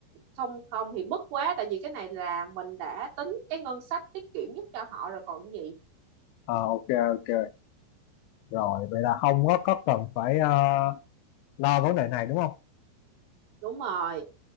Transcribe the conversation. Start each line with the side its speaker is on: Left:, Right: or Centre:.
Right: không không thì bất quá tại vì cái này là mình đã tính cái ngân sách tiết kiệm nhất cho họ rồi còn gì
Left: à, ok ok rồi vậy là không có có cần phải ờ, lo vấn đề này đúng không
Right: đúng rồi